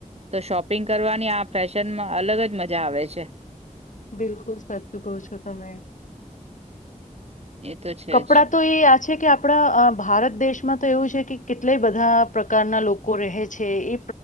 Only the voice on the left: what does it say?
બિલકુલ સાચું કહો છો તમે
કપડાં
તો એ આ છે કે આપણા ભારત દેશમાં તો એવું છે કે કેટલા બધા પ્રકારના લોકો રહે છે એ